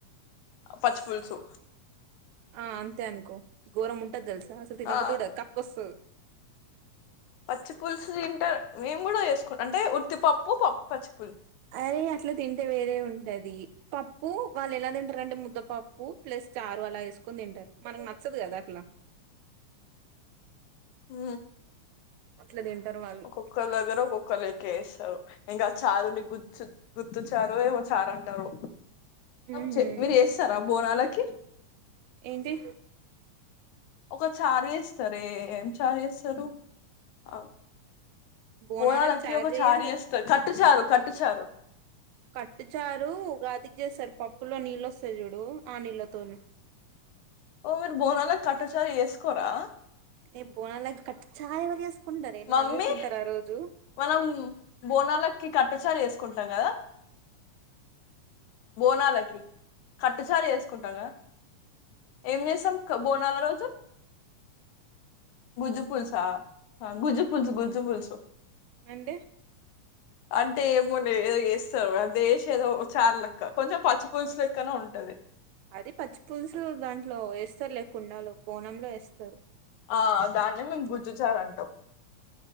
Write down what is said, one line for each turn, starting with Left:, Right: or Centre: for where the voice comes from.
Left: పచ్చి పులుసు
Right: ఆ అంతే అనుకో గోరం ఉంటది తెలుసా అసలు తన్నబుద్ధుడు
Left: ఆ
Right: కక్క వస్తు
Left: పచ్చి పులుసు తింట మేము కూడా చేసుకుంన అంటే ఉత్తిపప్పు పచ్చి ప
Right: అరే అట్లా తింటే వేరే ఉంటది పప్పు వాళ్ళు ఎలా తింటారు అంటే ముద్ద పప్పు ప్లస్ చారు అలా వేసుకుని తింటారు మనకు నచ్చదు కదా అట్లా
Left: ఊ
Right: అట్లా తింటారు వాళ్ళు
Left: ఒకొక్క దగ్గర ఒక్కలే కేస్తారు ఇంకా చారుని గుర్తు గుర్తుచ్చారు ఏమో చారు అంటారు
Right: ఉహు
Left: చట్నీ చేస్తారా బోనాలకి
Right: ఏంటి
Left: ఒక చార్ చేస్తారే ఏం చార్ చేస్తారు ఆ
Right: బోనాలకు
Left: బోనాలుకి
Right: చారు
Left: ఒక
Right: చేయరు
Left: చార్ చేస్తారు కట్ చారు కట్టుచారు
Right: కట్టుచారు ఉగాదికి చేస్తారు పప్పులో నీళ్ళు వస్తాయి చూడు ఆ నీళ్ళతోని
Left: ఓ మీరు బోనాల కట్టుచారు చేసుకోరా
Right: ఏ బోనాల కట్ చారు ఎవరు చేసుకుంటారే
Left: మమ్మీ
Right: నాన్ వెజ్ తింటారు ఆ రోజు
Left: మనం బోనాలకి కట్టుచారు చేసుకుంటాం కదా బోనాలకి కట్టుచారు చేసుకుంటాం కదా ఏం చేసాం బోనాల రోజు గుజూ పుల్సా గుజు పుల్సు గుజు పుల్సు
Right: అంటే
Left: అంటే ఏమో ఏదో చేస్తారు అంతే వేసి ఏదో చార్ లక్క కొంచెం పచ్చి పులుసు లేక్కనా ఉంటది
Right: అది పచ్చి పులుసు దాంట్లో వేస్తారులే కుండాలో బోనంలో వేస్తారు
Left: ఆ దాన్నే మేము గుజ్జుచారు అంటాం